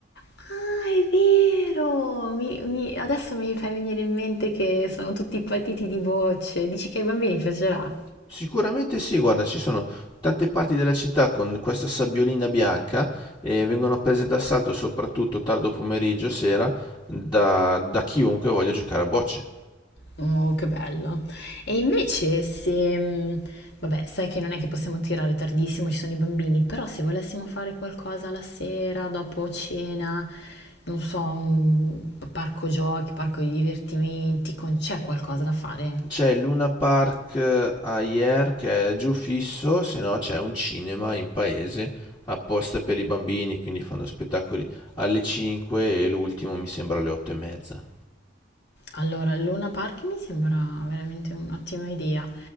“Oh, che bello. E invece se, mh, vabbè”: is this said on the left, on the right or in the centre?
Left